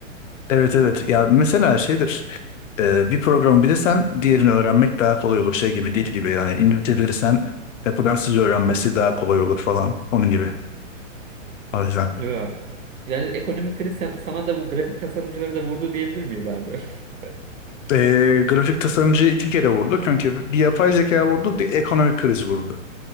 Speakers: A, on the left; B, on the right.
A: Evet evet ya mesela şeydir. Ee, bir programı bilirsen diğerini öğrenmek daha kolay olur. Şey gibi dil gibi yani İngilizce bilirsen Fransızca öğrenmesi daha kolay olur falan onun gibi. O yüzden.
B: Öyle abi. Yani ekonomik kriz sen- sana da bu grafik tasarımcıları da vurdu diyebilir miyiz abi? <laughs>
A: Ee, grafik tasarımcı iki kere vurdu. Çünkü bir yapay zeka vurdu bir ekonomik kriz vurdu.